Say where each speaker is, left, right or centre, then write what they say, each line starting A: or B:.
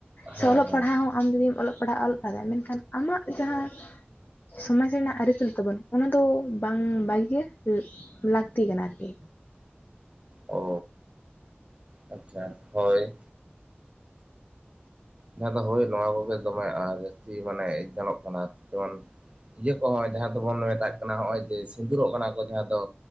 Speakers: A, on the left; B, on the right.
A: ᱥᱮ
B: ᱦᱮᱸ
A: ᱚᱞᱚᱜ
B: ᱦᱮᱸ
A: ᱯᱟᱲᱦᱟᱜ ᱦᱚᱸ ᱟᱢ ᱡᱩᱫᱤᱢ ᱚᱞᱚᱜ ᱯᱟᱲᱦᱟᱜ ᱚᱞᱚᱜ ᱯᱟᱲᱦᱟᱜ ᱟᱢ ᱢᱮᱱᱠᱷᱟᱱ ᱟᱢᱟᱜ ᱡᱟᱦᱟᱸ ᱥᱚᱢᱟᱡᱽ ᱨᱮᱱᱟᱜ ᱟᱹᱨᱤᱪᱟᱹᱞᱤ ᱛᱟᱵᱚᱱ ᱚᱱᱟ ᱫᱚ ᱵᱟᱝ ᱵᱟᱜᱤ ᱜᱮ ᱞᱟᱹᱠᱛᱤ ᱠᱟᱱᱟ ᱟᱨᱠᱤ᱾
B: ᱚ᱾ ᱟᱪᱪᱷᱟ ᱦᱳᱭ᱾ ᱡᱟᱦᱟᱸ ᱫᱚ ᱦᱳᱭ ᱱᱚᱣᱟ ᱠᱚᱜᱮ ᱫᱚᱢᱮ ᱟ ᱡᱟᱹᱥᱛᱤ ᱢᱟᱱᱮ ᱜᱟᱱᱚᱜ ᱠᱟᱱᱟ ᱟᱨᱠᱤ ᱡᱮᱢᱚᱱ ᱤᱭᱟᱹ ᱠᱚᱦᱚᱸ ᱡᱟᱦᱟᱸ ᱫᱚᱵᱚᱱ ᱢᱮᱛᱟᱜ ᱠᱟᱱᱟ ᱦᱚᱸᱜᱼᱚᱭ ᱡᱮ ᱥᱤᱸᱫᱩᱨᱚᱜ ᱠᱟᱱᱟ ᱠᱚ ᱡᱟᱦᱟᱸ ᱫᱚ